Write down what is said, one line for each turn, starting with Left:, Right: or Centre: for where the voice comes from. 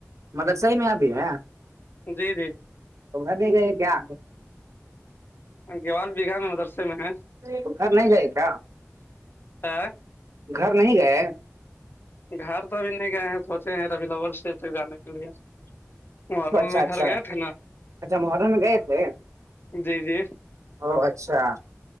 Right: مدرسہ ہے میں اپ بھی ہے
Left: جی جی
Right: تو گھر نہیں گئے ہیں کیا
Left: گیوال بیگھہ میں مدرسے میں ہیں
Right: تو گھر نہیں گئے کہ
Left: آ،
Right: گھر نہیں گئے
Left: گھر تو ابھی نہیں گئے ہیں سوچیں ہیں ابھی لورس ڈے پہ جانے کے لیے محرم
Right: اچھا
Left: میں
Right: اچھا
Left: گھر گئے تھے نا
Right: اچھا محرم میں گئے تھے
Left: جی جی
Right: او اچھا